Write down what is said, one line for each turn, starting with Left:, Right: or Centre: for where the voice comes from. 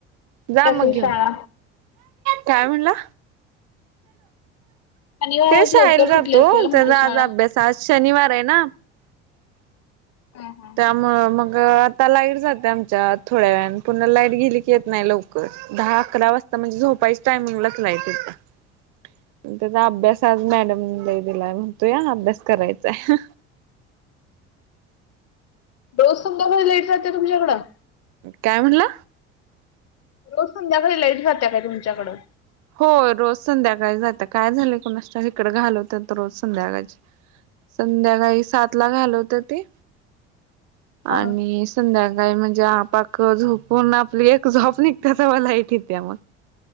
Right: जा मग
Left: सुटली असेल
Right: घेऊन
Left: शाळा
Right: काय म्हणला
Left: शनिवार
Right: ते
Left: आज
Right: शायला
Left: लवकर
Right: जातो
Left: सुटली असेल म्हटलं
Right: त्याचा
Left: शाळा
Right: आज अभ्यास आज शनिवार आहे ना,
Left: हा हा
Right: त्यामु मग आता लाईट जाते आमच्या थोड्या वेळने पनण लाईट गेली की येत नाही लवकर दहा अकरा वाजता म्हणजे झोपाईच टायमिंगलाच लाइट येतंय. त्याचा अभ्यास आज मॅडम दिलाय म्हणतो या अभ्यास करायचाय.
Left: रोज संध्याकाळी लईट जाते तुमच्याकडं
Right: काय म्हणला?
Left: रोज संध्याकाळी लाईट जात्या काय तुमच्याकडं
Right: होय रोज संध्याकाळी जातं काय झालं कोणा इिकडें घालवत तर रोज संध्याकाळ संध्याकाळी सात ला घाल होत ते
Left: ह
Right: आणि संध्याकाळी काय म्हणजेक झोपून आपली एक झोप निघते तर मला तथे